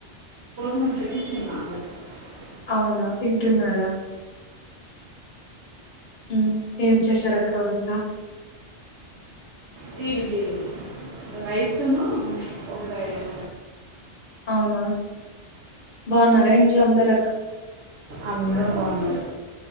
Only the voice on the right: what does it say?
<unintelligible>
<unintelligible> రైస్ ఉన్నూ వంకాయి <unintelligible>
అందరు బాగున్నారు